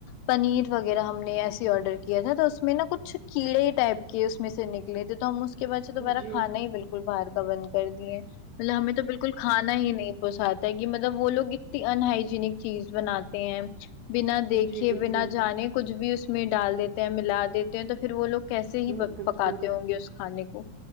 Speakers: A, on the left; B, on the right.
A: پنیر وغیرہ ہم نے ایسے آڈر کیا تھا تو اس میں نا کچھ کیڑے ٹائپ کہ اس میں سے نکلے تھے تو ہم اس کے بعد سے دوبارہ
B: جی
A: کانا ہی بالکل باہر کا بند کر دیے مطلب ہمیں تو بالکل کھا ہی نہیں پساتا کہ مطلب وہ لوگ اتنی انہائجینک چیز بناتے ہیں بنا دیکھے
B: جی بالکل
A: بنا جانے کچھ بھی اس میں ڈال دیتے ہیں ملا دیتے ہیں تو پھر وہ لوگ کیسے ہی
B: ہوں بالکل
A: پکاتے ہوں گے اس کھانے کو